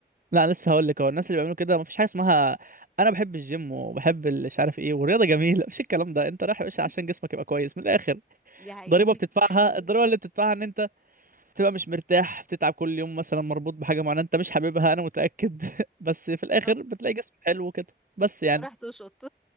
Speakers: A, on the right (about 50°); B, in the centre.
A: لا أنا لسه هقول لك هو الناس اللي بيعملوا كده مفيش حاجه اسمها انا بحب الجيم وبحب ال- مش عارف ايه والرياضه جميله <laughs> مفيش الكلام ده انت رايح يا باشا
B: <laughs>
A: عشان جسمك يبقى كويس من الاخر
B: دي حقيقة
A: ضريبه بتدفعها
B: <laughs>
A: الضريبه اللي بتدفعها ان انت بتبقى مش مرتاح بتتعب كل يوم مثلا مربوط بحاجه معينه انت مش حاببها انا متاكد <laughs> بس في الاخر
B: بالظبط
A: بتلاقي جسم حلو كده بس يعني
B: وراح تشط